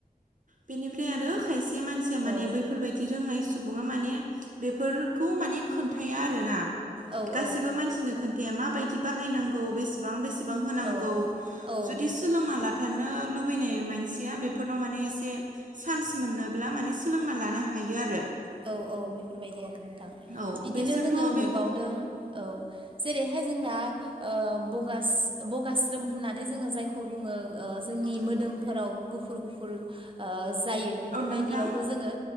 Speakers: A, on the right; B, on the right.
A: बेनिफ्राय आरो खायसे मानसिया माने
B: औ
A: बैफोरबाय दि रोंनाय सुबुङा माने बेफोरखौ माने खोन्थाया आरोना।
B: औ
A: गासिबो
B: औ
A: मानसिनो खोन मा बायदि बाहाय नांगौ बेसेबां बेसेबां होनांगौ
B: औ
A: जुदि
B: औ
A: सोलोंना लाथारनो लुबैनाय मानसिया बेफोरनाव माने चान्स मोनोब्ला माने सोलोंना लानो हायो आरो।
B: औ - औ बेफोरबायदि आरो नोंथां
A: औ
B: बिदिनो
A: बेसोरथ'
B: जोङो
A: बे
B: नुबावदों औ जेरैहाय जोंना ओ‌ बगास बगास्रोम होननानै जोङो जायखौ बुङो। ओ जोंनि
A: औ नोंथां
B: मोदोमफोराव गुफुर - गुफुर ओ जायो बेफोरबायदियावबो
A: औ नोंथां
B: जोङो